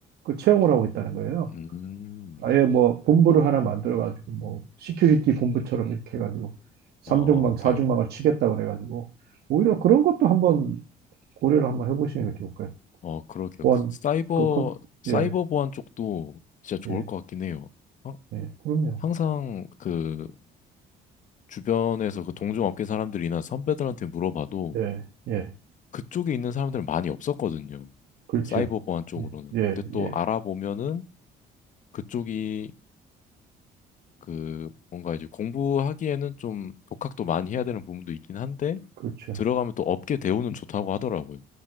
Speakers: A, on the right; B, on the left.
A: 그 채용을 하고 있다는 거예요.
B: 음.
A: 아예 뭐 본부를 하나 만들어가지고 뭐 시큐리티 본부처럼 이렇게 해가지고 삼중망사중망을
B: 아, 네.
A: 치겠다 그래가지고 오히려 그런 것도 한번 고려를 한번 해보시는 게 좋을 거예요.
B: 어, 그러게요.
A: 보안
B: 그 사이버
A: 그 컴,
B: 사이버
A: 예,
B: 보안 쪽도 진짜 좋을
A: 예,
B: 것 같긴 해요. 항-
A: 예, 그럼요.
B: 항상 그 주변에서 그 동종업계 사람들이나 선배들한테 물어봐도
A: 예, 예,
B: 그쪽에 있는 사람들은 많이 없었거든요.
A: 그렇죠.
B: 사이버 보안 쪽으로는.
A: 예, 예,
B: 근데 또
A: 예,
B: 알아보면은 그쪽이 그 뭔가 이제 공부하기에는 좀 독학도 많이 해야 되는 부분도 있긴 한데
A: 그렇죠.
B: 들어가면 또 업계 대우는 좋다고 하더라고요.